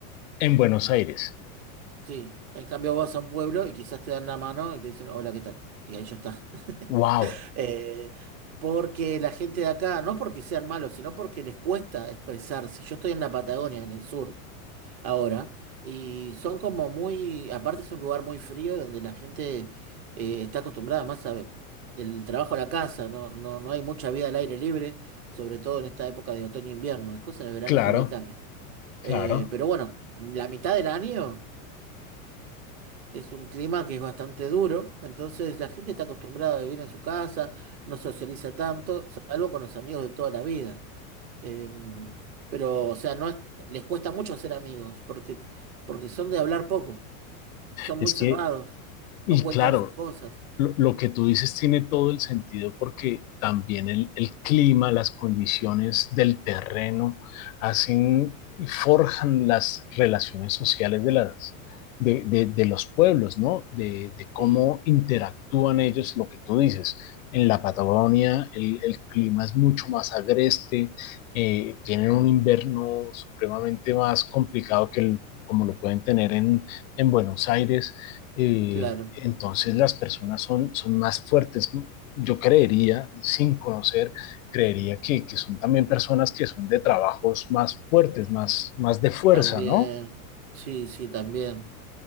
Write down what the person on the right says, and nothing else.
Sí, en cambio vas a un pueblo y quizás te dan la mano y te dicen, hola, ¿qué tal? Y ahí ya está.
Eh, porque la gente de acá, no porque sean malos, sino porque les cuesta expresarse. Yo estoy en la Patagonia, en el sur, ahora, y son como muy, aparte es un lugar muy frío donde la gente eh, está acostumbrada más a, del trabajo a la casa, no, no, no hay mucha vida al aire libre, sobre todo en esta época de otoño e invierno. Después en el verano
por ahí cambia.
Eh, pero bueno, la mitad del año es un clima que es bastante duro, entonces la gente está acostumbrada a vivir en su casa, no socializa tanto, salvo con los amigos de toda la vida. Eh, pero, o sea, no es- les cuesta mucho hacer amigos, porque, porque son de hablar poco, son
muy cerrados,
no cuentan
sus cosas.
Sí,
claro,
también,
sí, sí, también.